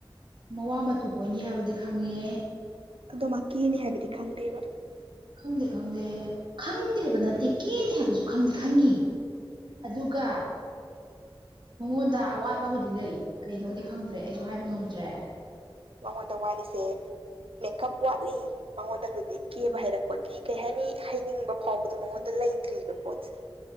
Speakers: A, on the right (about 55°); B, on the right (about 85°).
A: ꯃꯋꯥ ꯃꯇꯨ ꯀꯣꯏꯅꯤ ꯍꯥꯏꯕꯗꯤ ꯈꯪꯉꯦ
B: ꯑꯗꯣ ꯃꯥ ꯀꯦꯅꯤ ꯍꯥꯏꯕꯗꯤ ꯈꯪꯗꯦꯕ
A: ꯈꯪꯗꯦ ꯈꯪꯗꯦ ꯈꯪꯗꯦꯕ ꯅꯠꯇꯦ ꯀꯦꯅꯤ ꯍꯥꯏꯕꯁꯨ ꯈꯪꯗꯤ ꯈꯪꯉꯤ ꯑꯗꯨꯒ ꯃꯉꯣꯟꯗ ꯑꯋꯥꯠꯄ ꯑꯃꯗꯤ ꯂꯩ ꯀꯩꯅꯣꯗꯤ ꯈꯪꯗ꯭ꯔꯦ ꯑꯩꯁꯨ ꯍꯥꯏꯕ ꯉꯝꯗ꯭ꯔꯦ
B: ꯃꯉꯣꯟꯗ ꯋꯥꯠꯂꯤꯁꯦ ꯃꯦꯀꯞ ꯋꯥꯠꯂꯤ ꯃꯉꯣꯟꯗ ꯍꯧꯖꯤꯛ ꯀꯦꯕ ꯍꯩꯔꯛꯄꯒꯤ ꯀꯩ ꯍꯥꯏꯅꯤ ꯍꯩꯅꯤꯡꯕ ꯐꯥꯎꯕꯗꯣ ꯃꯉꯣꯟꯗ ꯂꯩꯇ꯭ꯔꯤꯕ ꯄꯣꯠꯁꯦ